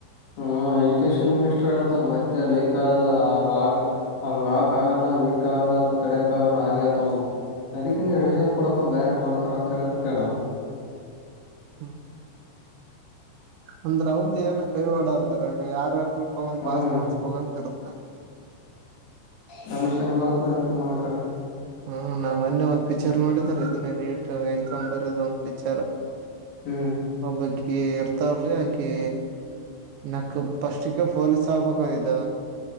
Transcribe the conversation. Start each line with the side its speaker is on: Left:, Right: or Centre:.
Left: ಹ್ಮ ಎಜುಕೇಶನ್ ಮಿನಿಸ್ಟರ್ ಹೇಳತಾನ ಮತ್ತೆ ಲಿಕ್ ಖಾದ ಆಗ ಹಂಗ ಆಕಾಗಲ್ಲ ಲೀಕ್ ಆಗಲ್ಲಾರದ ತಡಿಯಾಕ್ಕ ಆಗಲ್ಲ ಆಗೇ ಆತಾವ ಅದಕ್ಕೆ ನೀವು ರೀಸನ್ ಕೊಡಪ್ಪ ಬೇರೆ ನೋಡ್ತಾರ ಅಂತ ಹೇಳಿದ್ರೆ ಕೇಳಲ್ಲ
Right: ಹುಂ ಅಂದ್ರೆ ಅವಂದ ಏನು ಕೈವಾಡದ್ರ ಯಾರರ ತಗೊಂಡ್
Left: ಹ್ಮ್
Right: ಪಾಸ್ ಮಾಡ್ಸಬಹುದಂತ ಇರುತ್ತೆ
Left: ಕಮಿಷನ್ ಬರತ್ನ ಅದಿಕ ಮಾಡ್ತಾರಾ
Right: ಹ್ ನಮ್ಮ್ ಮೊನ್ನೆ ಒಂದ್ ಪಿಕ್ಚರ್ ನೋಡಿದ್ರ ಇದನ್ನ ನೀಟ್ ಎಳ್ತೊ ಬರದು ಒಂದ್ ಪಿಕ್ಚರ್-
Left: ಹುಂ
Right: ಒಬ್ಬಕಿ ಇರ್ತಾಳ್ರಿ ಆಕಿ ನೇಕ್ ಪಸ್ಟಕ ಪೊಲೀಸ್ ಆಗಬೇಕ ಆದ